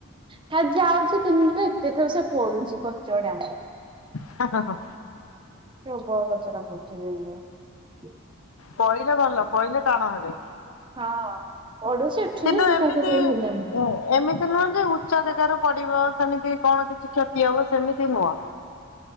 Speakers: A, on the right; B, on the left.
A: <unintelligible> ଦିନରେ ଏତେ ଥର ସେ ପଡୁଛି କଚଡା।
B: ହ ହ ହ।
A: ପ୍ରବଳ କଚଡା ପଡୁଛି ଦିନରେ।
B: ପଇଲେ ଭଲ ପଇଲେ ଟାଣ ହେବେ।
A: ହଁ। ପଡୁଛି ଉଠୁଛି
B: କିନ୍ତୁ
A: ମୁଁ
B: ଏମିତି
A: ତାକୁ କେବେ
B: ଏ
A: ଧରି ଆଣିନି।
B: ଏମିତି ନୁହଁ ଯେ ଉଚା ଜାଗାରୁ ପଡିବ ଅ ସେମିତି କଣ କିଛି କ୍ଷତି ହବ ସେମିତି ନୁହଁ।